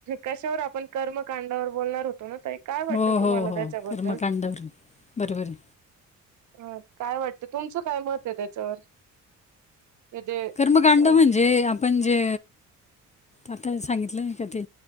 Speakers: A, on the right (about 60°); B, on the left (about 20°).
A: कशावर आपण कर्मकांडावर बोलणार हो तो ना ताई काय वाटत
B: हो,
A: तुम्हाला
B: हो, हो.
A: त्याच्याबद्दल.
B: कर्मकांडावरून. बरोबर आहे.
A: अ काय वाटतं तुमचं काय मते त्याच्यावर. म्हणजे
B: कर्म कांड
A: अ
B: म्हणजे अपण म्हजे आता सांगितलं नई का ते